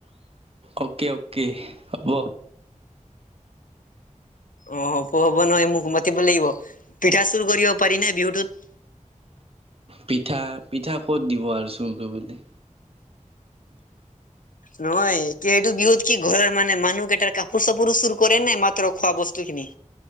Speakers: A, on the right (about 45°); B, on the left (about 85°).
A: অ'কে, অ'কে, হ'ব।
B: অঁ', হব হব নহয়, মোক মাতিব লাগিব, পিঠা চুৰ কৰিব পাৰি নাই বিহুটোত?
A: পিঠা, পিঠা ক'ত দিব আৰু চুৰ কৰিবলে?
B: নহয়, কি এইটো বিহুত কি ঘৰৰ মানে মানুহকেইটাৰ কাপোৰ চাপোৰো চুৰ কৰে নে মাত্ৰ খোৱা বস্তু বস্তখিনি?